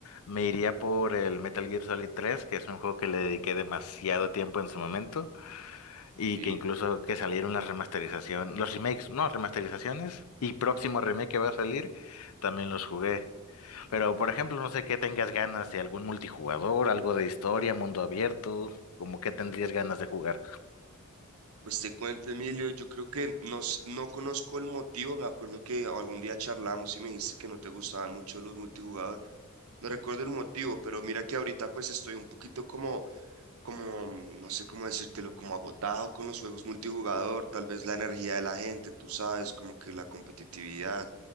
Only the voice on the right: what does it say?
Sí.
Pues te cuento, Emilio, yo creo que no, s- no conozco el motivo, me acuerdo que algún día charlamos y me dijiste que no te gustaban mucho los multijugadores. No recuerdo el motivo, pero mira que ahorita pues estoy un poquito como, como, mm, no sé cómo decírtelo, como agotado con los juegos multijugador, tal vez la energía de la gente, tú sabes, como que la competitividad.